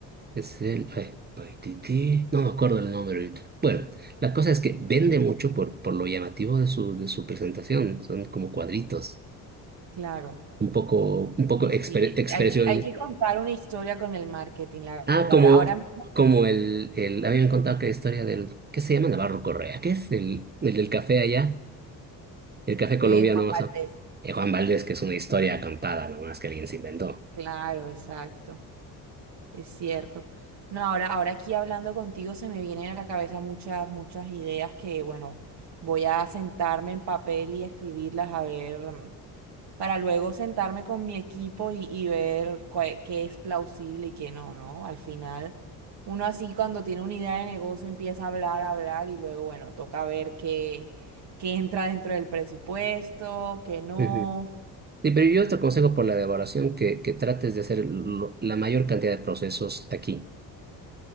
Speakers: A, on the right (about 20°); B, on the right (about 55°).
A: Es el eh, Paititi. No me acuerdo el nombre ahorita. Bueno, la cosa es que vende mucho por, por lo llamativo de su, de su presentación. Son como cuadritos,
B: claro.
A: un poco, un poco
B: Sí,
A: expre-
B: sí,
A: expresiones.
B: hay que, hay que contar una historia con el marketing, la
A: Ah,
B: verdad.
A: como,
B: Ahora, ahora mismo,
A: como el, el, habían contado que la historia del, ¿qué se llama? Navarro Correa, ¿qué es el, el del café allá? El café colombiano,
B: eh, Juan
A: o
B: Valdés.
A: sea. Y Juan Valdés, que es una historia contada nomás que alguien se inventó.
B: Claro, exacto, es cierto. No, ahora, ahora aquí hablando contigo se me vienen a la cabeza muchas, muchas ideas que, bueno, voy a sentarme en papel y escribirlas a ver. mm, para luego sentarme con mi equipo y, y ver cué, qué es plausible y qué no, ¿no? Al final, uno así cuando tiene una idea de negocio empieza a hablar, a hablar y luego, bueno, toca ver qué, qué entra dentro del presupuesto, qué no.
A: Ujú. Sí, pero yo te aconsejo por la devaluación que, que trates de hacer lo- la mayor cantidad de procesos aquí.